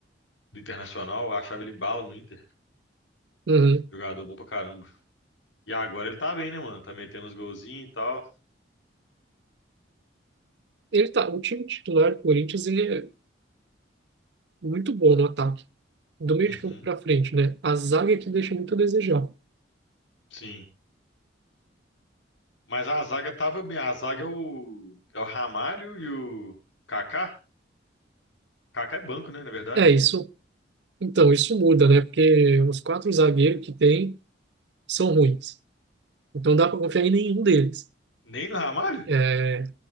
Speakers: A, on the left (about 85°); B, on the right (about 65°).
A: do Internacional, eu achava ele bala no Inter.
B: Uhum.
A: Jogador bom pra caramba. E agora ele tá bem, né, mano? Tá metendo uns golzinhos e tal.
B: Ele tá, o time titular do Corinthians, ele é muito bom no ataque. Do meio
A: Uhum,
B: de campo para frente, né? A zaga é que deixa muito a desejar.
A: sim. Mas a zaga tava bem. A zaga é o, é o Ramalho e o Kaká. Kaká é banco, né, na verdade.
B: É isso. Então, isso muda, né? Porque os quatro zagueiros que tem são ruins. Então, dá para confiar em nenhum deles.
A: Nem no Ramalho?
B: É,